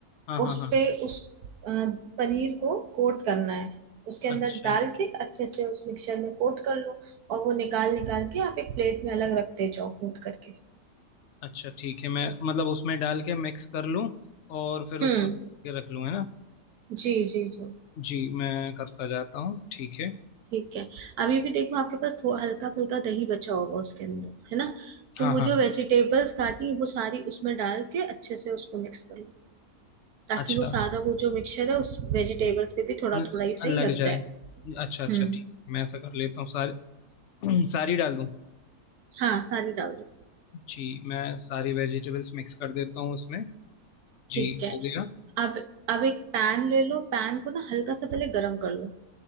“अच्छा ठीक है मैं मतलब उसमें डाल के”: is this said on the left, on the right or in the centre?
Left